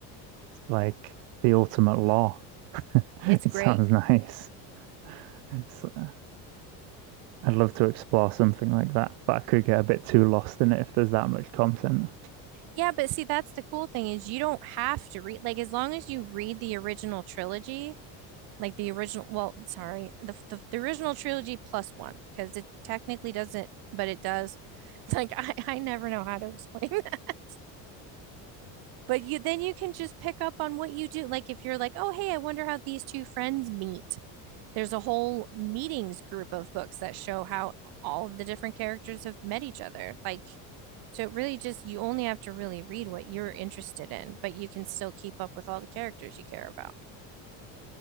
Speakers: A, on the right (about 75°); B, on the right (about 60°).
A: It's like the ultimate law. <laughs>
B: It's
A: It
B: great.
A: sounds nice. It's, uh, I'd love to explore something like that, but I could get a bit too lost in it if there's that much content.
B: Yeah, but see that's the cool thing is you don't have to read like as long as you read the original trilogy, like the original well sorry the the, the original trilogy plus one because it technically doesn't but it does <laughs> It's like I, I never know how to explain <laughs> that but you then you can just pick up on what you do like if you're like oh hey i wonder how these two friends meet there's a whole meetings group of books that show how all of the different characters have met each other like so it really just you only have to really read what you're interested in but you can still keep up with all the characters you care about